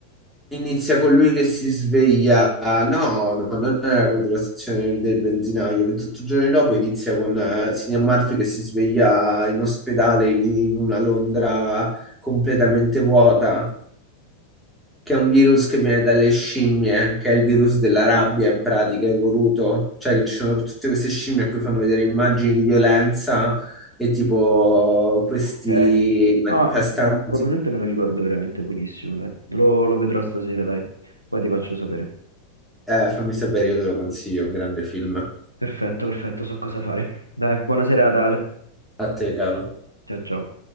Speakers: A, in the centre; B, on the right.
A: inizia con lui che si sveglia. No, no, non è la contrastazione del benzinaio. 28 giorni dopo inizia con eh, Cillian Murphy che si sveglia in ospedale di- in una Londra completamente vuota. che è un virus che viene dalle scimmie, che è il virus della rabbia in pratica, evoluto. Cioè che ci sono tutte queste scimmie a cui fanno vedere immagini di violenza e tipo questi
B: Ok.
A: manifestanti.
B: Ah, probabilmente me lo ricordo veramente pochissimo, dai. Lo, lo vedrò stasera, dai. Poi ti faccio sapere.
A: Eh, fammi sapere, io te lo consiglio, un grande film.
B: Perfetto, perfetto, so cosa fare. Dai, buona serata, Ale.
A: A te, caro.
B: Ciao, ciao.